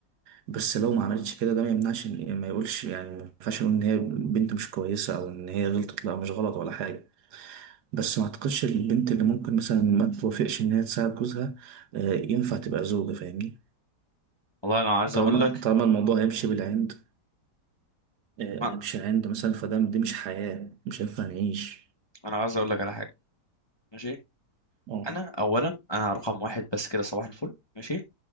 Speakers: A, on the right; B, on the left.
A: بس لو ما عملتش كده ده ما يمنعش إن- يعني ما يقولش يعني ما ينفعش نقول إن هي بنت مش كويسة أو إن هي غلطت لا مش غلط ولا حاجة بس ما أعتقدش البنت اللي ممكن مثلا ما توافقش إن هي تساعد جوزها آه، ينفع تبقى زوجة فاهمني
B: والله انا عايز
A: طالما
B: اقول لك
A: طالما الموضوع هيمشي بالعند آه،
B: انا
A: هيمشي عند مثلا فده دي مش حياة مش هينفع نعيش
B: أنا عايز اقول لك على حاجه ماشي
A: اه
B: انا اولا انا رقم واحد بس كده صباح الفل ماشي